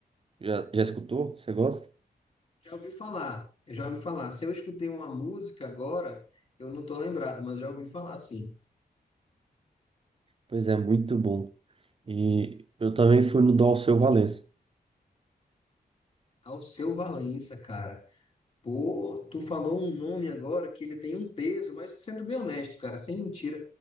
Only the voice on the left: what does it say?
Já ouvi falar, eu já ouvi falar. Se eu escutei uma música agora, eu não tô lembrado, mas já ouvi falar, sim.
Alceu Valença, cara. Pô, tu falou um nome agora que ele tem um peso, mas sendo bem honesto, cara, sem mentira,